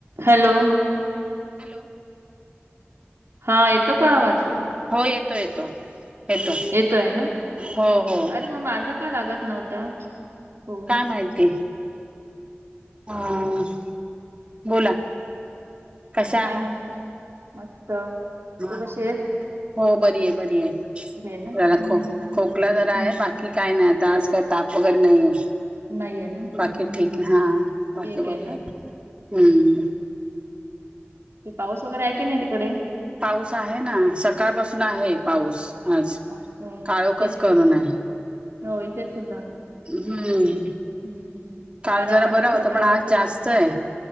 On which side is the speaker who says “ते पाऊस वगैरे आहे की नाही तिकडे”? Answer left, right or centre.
Right